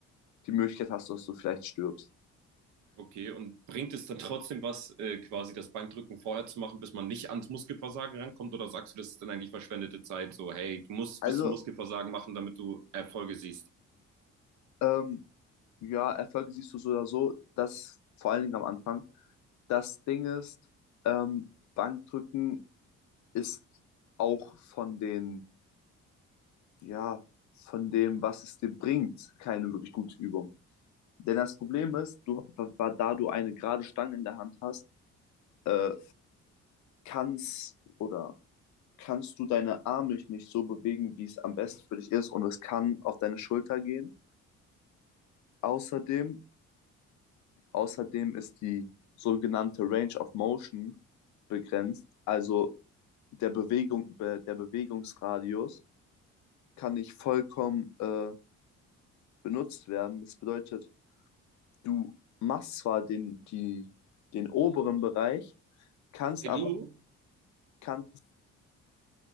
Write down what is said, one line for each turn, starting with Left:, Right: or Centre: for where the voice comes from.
Left: die Möglichkeit hast, dass du vielleicht stirbst.
Right: Okay, und bringt es dann trotzdem was, äh, quasi das Bankdrücken vorher zu machen, bis man nicht ans Muskelversagen rankommt? Oder sagst du, das ist dann eigentlich verschwendete Zeit? So, hey, du musst es
Left: Also,
Right: bis zum Muskelversagen machen, damit du Erfolge siehst.
Left: ähm, ja, Erfolge siehst du so oder so, dass vor allen Dingen am Anfang. Das Ding ist, ähm, Bankdrücken ist auch von den, ja, von dem, was es dir bringt, keine wirklich gute Übung. Denn das Problem ist, du,
Right: Mhm.
Left: wa- da du eine gerade Stange in der Hand hast, äh, kannst oder kannst du deine Arme nicht so bewegen, wie es am besten für dich ist und es kann auf deine Schulter gehen. Außerdem Außerdem ist die sogenannte Range of Motion begrenzt, also der Bewegung, be, der Bewegungsradius kann nicht vollkommen äh, benutzt werden. Das bedeutet, du machst zwar den, die, den oberen Bereich, kannst
Right: Hey,
Left: aber
Right: du,
Left: kannst